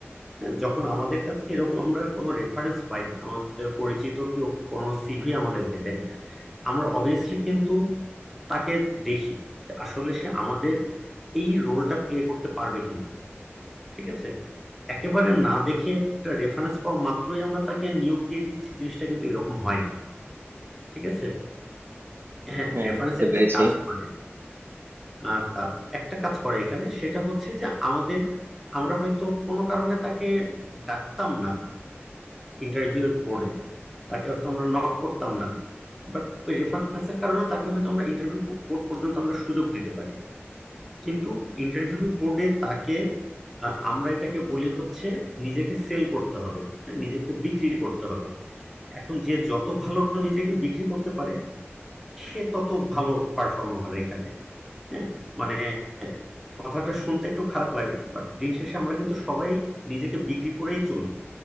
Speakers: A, in the centre; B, on the right.
A: হ্যাঁ, যখন আমাদের কাছে এরকম আমরা কোনো রেফারেন্স পাই আমাদের পরিচিত কেউ কোনো সিভি আমাদেরকে দেয় আমরা অবভিয়াসলি কিন্তু তাকে দেখি যে আসলে সে আমাদের এই রোলটা প্লে করতে পারবে কিনা ঠিক আছে একেবারে না দেখে একটা রেফারেন্স পাওয়া মাত্রই আমরা তাকে নিয়োগ দিয়ে দিচ্ছি জিনিসটা কিন্তু এরকম হয় না ঠিক আছে হ্যাঁ
B: হ্যাঁ
A: রেফারেন্স
B: বুঝতে
A: একটা
B: পেরেছি
A: কাজ করে আহ, কা- একটা কাজ করে এখানে সেটা হচ্ছে যে আমাদের আমরা হয়তো কোনো কারণে তাকে ডাকতাম না ইন্টারভিউ বোর্ডে তাকে হয়তো আমরা নক করতাম না বাট ওই রেফারেন্সের কারণে তাকে হয়তো আমরা ইন্টারভিউ বোর্ড পর্যন্ত আমরা সুযোগ দিতে পারি কিন্তু ইন্টারভিউ বোর্ডে তাকে আহ, আমরা এটাকে বলি হচ্ছে নিজেকে সেল করতে হবে হ্যাঁ, নিজেকে বিক্রি করতে হবে এখন যে যত ভালো নিজেকে বিক্রি করতে পারে সে তত ভালো পারফর্মার এখানে হ্যাঁ মানে কথাটা শুনতে একটু খারাপ লাগে বাট দিন শেষে আমরা কিন্তু সবাই নিজেকে বিক্রি করেই চলি